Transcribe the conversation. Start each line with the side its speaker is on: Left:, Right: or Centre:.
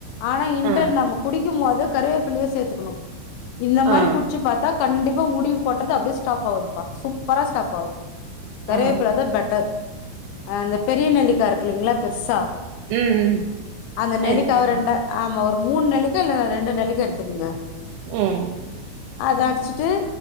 Left: ஆனா இன்டல்
Right: ஆ
Left: நம்ம குடிக்கும் போது கருவேப்பில்லய சேத்துக்கணும் இந்த மாரி
Right: ஆ
Left: குடிச்சு பாத்தா கண்டிப்பா முடி கொட்றது அப்டியே ஸ்டாப் ஆகுதுப்பா சூப்பரா ஸ்டாப் ஆகுது கருவேப்புலதா
Right: ஆ
Left: பெட்டர் அ அந்த பெரிய நெல்லிக்கா இருக்குல்லீங்ளா பெர்சா
Right: ம்
Left: அந்த நெலிக்காவ
Right: இருக்கு
Left: ரெண்டா ஆமா ஒரு மூண் நெல்லிக்கா இல்ல ரெண்டு நெல்லிக்கா எடுத்துக்குங்க
Right: ம்
Left: அத அடிச்சுட்டு